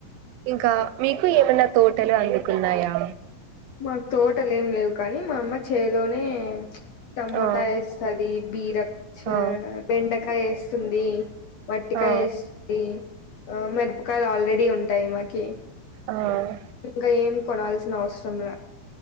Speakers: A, on the right; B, on the left.
A: ఇంకా మీకు ఏమన్నా తోటలు అందుకున్నాయా
B: మాకు తోటలేం లేవు కానీ మా అమ్మ చేలోనే టమోటా
A: ఆ
B: ఎస్తది బీర చ్చ
A: ఆ
B: బెండకాయేస్తుంది వట్టికాయ్
A: ఆ
B: ఎస్ డి ఆ మిరపకాయలు ఆల్రెడీ ఉంటాయి మాకి
A: ఆ
B: ఇంకా ఏం కొనాల్సిన అవసరంలా